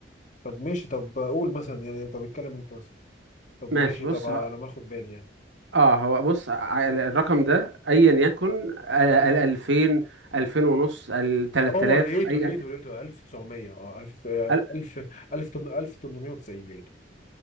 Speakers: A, on the left (about 45°); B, on the right (about 80°).
A: طب ماشي طب قول مثلا يعني طب اتكلم أنت مثلا طب
B: ماشي
A: ماشي
B: بص
A: طب على
B: ه-
A: ما أخد بالي يعني
B: اه هو بص ع- الرقم ده ايا يكن آه، ال 2000 2000 ونص ال 3000
A: اه لقيته
B: اي
A: لقيته لقيته 1900 اه 1000
B: ال-
A: 1000 1890 لقيته